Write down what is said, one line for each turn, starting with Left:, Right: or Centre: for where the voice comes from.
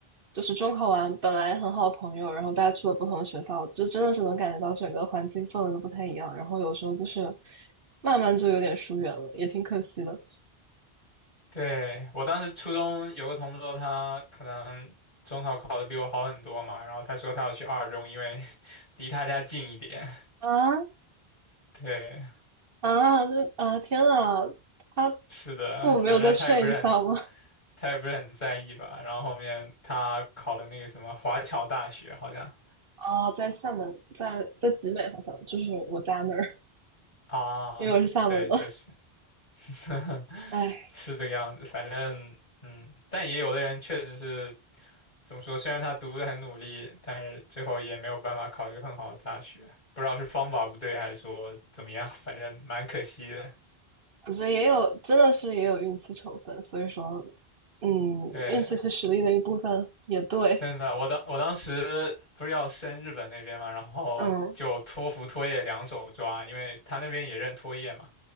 Right: 就是中考完，本来很好的朋友，然后大家去了不同的学校，就真的是能感觉到整个环境氛围都不太一样。然后有时候就是慢慢就有点疏远了，也挺可惜的。
Left: 对，我当时初中有个同桌，他可能中考考的比我好很多嘛，然后他说他要去二中，因为 <laughs> 离他家近一点。
Right: 啊
Left: 对，
Right: 啊，这啊，天啊，他
Left: 是的，
Right: 父母没有再劝一下吗？
Left: 反正他也不是很，他也不是很在意吧。然后后面他考的那个什么华侨大学，好像
Right: 哦，在厦门，在在集美好像就是我家那儿，
Left: 啊，
Right: 因为我是厦门的。
Left: 对，确实 <laughs>
Right: 哎，
Left: 是这个样子。反正嗯，但也有的人确实是。怎么说？虽然他读的很努力，但是最后也没有办法考一个很好的大学，不知道是方法不对还是说怎么样，反正蛮可惜的。
Right: 我觉得也有，真的是也有运气成分，所以说，嗯，
Left: 对，
Right: 运气是实力的一部分，也对。
Left: 真的，我当我当时不是要升日本那边嘛，然后就托福、
Right: 嗯
Left: 托业两手抓，因为他那边也认托业嘛。